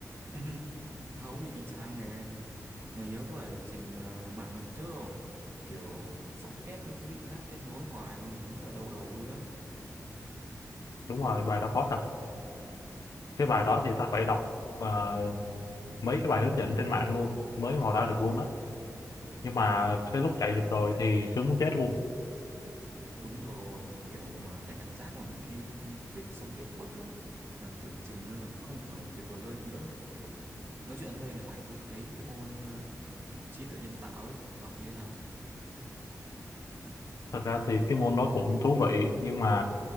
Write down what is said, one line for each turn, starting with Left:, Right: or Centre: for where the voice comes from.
Right: <laughs> tao cũng bị y chang nè mày nhớ cái bài lập trình ờ, mạng lần trước không kiểu socket nó cứ bị ngắt kết nối hoài luôn rất là đau đầu luôn á
Left: Đúng rồi, bài đó khó thật. Cái bài đó thì tao phải đọc à, mấy cái bài hướng dẫn trên mạng luôn mới mò ra được luôn á. Nhưng mà cái lúc chạy được rồi thì sướng muốn chết luôn.
Right: Đúng rồi, kiểu mà cái cảm giác mà mình khi fix xong cái bước á, mà tưởng chừng nó là không thể nào mà tuyệt vời hơn được nữa. Một kiểu, nói chuyện đến đây là mày có thấy cái môn ờ, trí tuệ nhân tạo ấy, học như thế nào?
Left: Thật ra thì cái môn đó cũng thú vị nhưng mà